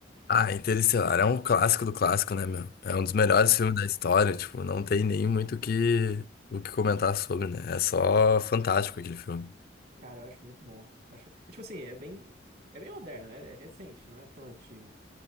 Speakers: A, on the left; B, on the right.
A: Ah, Interestelar é um clássico do clássico, né, meu? É um dos melhores
B: Pô,
A: filmes da história, tipo, não tem nem muito o que, o que comentar sobre, né? É só fantástico aquele filme.
B: cara, eu acho muito bom. Eu acho... é, Tipo assim, é bem. É bem moderno, né? É recente, não é tão antigo.